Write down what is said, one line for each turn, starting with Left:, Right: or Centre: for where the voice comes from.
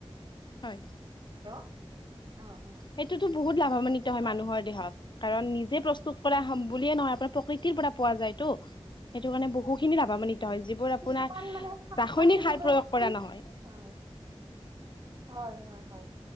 Left: হয়।
Right: হেল্ল' অ' অ'
Left: সেইটোতো বহুত লাভান্বিত হয়
Right: তাৰপিছত
Left: মানুহৰ দেহত কাৰণ নিজে প্ৰস্তুত
Right: হয়
Left: কৰা বুলিয়ে নহয় আপোনাৰ প্ৰকৃতিৰ পৰা পোৱা যায়তো সেইটো কাৰণে বহু খিনি লাভান্বিত হয় বোৰ আপোনাৰ,
Right: কিছুমান মানে শাক
Left: ৰাসায়নিক
Right: পাচলিৰ
Left: সাৰ
Right: পৰা
Left: প্ৰয়োগ কৰা
Right: কি
Left: নহয়।
Right: হয়। হয়, হয়, হয়।